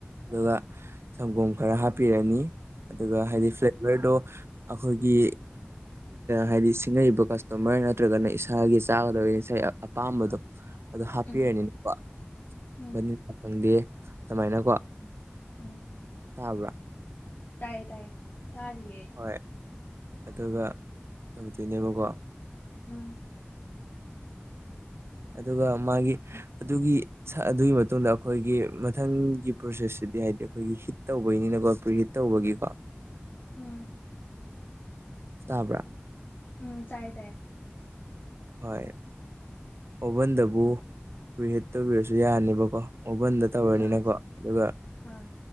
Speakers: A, on the right; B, on the left.
A: ꯑꯗꯨꯒ ꯁꯪꯒꯣꯝ ꯈꯔ ꯍꯥꯞꯄꯤꯔꯅꯤ ꯑꯗꯨꯒ ꯍꯥꯏꯗꯤ
B: ꯎꯝ
A: ꯐ꯭ꯂ ꯗꯣ ꯑꯩꯈꯣꯏꯒꯤ ꯍꯥꯏꯗꯤ ꯁꯤꯡꯉꯛꯏꯕ ꯀꯁꯇꯃꯔ ꯅꯠꯇ꯭ꯔꯒꯅ ꯏꯁꯥꯒꯤ ꯆꯥꯒꯗꯧꯔꯤꯁ ꯑꯄꯥꯝꯕꯗꯣ ꯑꯗꯨ ꯍꯥꯞꯄꯤꯔꯅꯤꯅꯀꯣ
B: ꯎꯝ ꯎꯝ
A: ꯚꯅꯤꯂꯥ ꯈꯪꯗꯦ ꯑꯗꯨꯃꯥꯏꯅꯀꯣ
B: ꯎꯝ ꯎꯝ
A: ꯇꯥꯕ꯭ꯔꯥ
B: ꯇꯥꯏꯌꯦ ꯇꯥꯏꯌꯦ ꯇꯥꯔꯤꯌꯦ
A: ꯍꯣꯏ ꯑꯗꯨꯒ
B: ꯎꯝ
A: ꯇꯧꯗꯣꯏꯅꯦꯕꯀꯣ
B: ꯎꯝ
A: ꯑꯗꯨꯒ ꯃꯥꯒꯤ ꯑꯗꯨꯒꯤ ꯑꯗꯨꯒꯤ ꯃꯇꯨꯡꯗ ꯑꯩꯈꯣꯏꯒꯤ ꯃꯊꯪꯒꯤ ꯄ꯭ꯔꯣꯁꯦꯁꯁꯤꯗꯤ ꯍꯥꯏꯗꯤ ꯑꯩꯈꯣꯏꯒꯤ ꯍꯤꯠ ꯇꯧꯕꯩꯅꯤꯅꯀꯣ ꯄ꯭ꯔꯤꯠ ꯇꯧꯕꯒꯤꯀꯣ
B: ꯎꯝ
A: ꯇꯥꯕ꯭ꯔꯥ
B: ꯎꯝ ꯇꯥꯏ ꯇꯥꯏ
A: ꯍꯣꯏ ꯑꯣꯚꯟꯗꯕꯨ ꯍꯨ ꯍꯦꯠ ꯇꯧꯕꯤꯔꯁꯨ ꯌꯥꯅꯤꯕꯀꯣ ꯑꯣꯚꯟꯗ ꯇꯧꯔꯅꯤꯅꯀꯣ
B: ꯑꯥ
A: ꯑꯗꯨꯒ
B: ꯑꯥ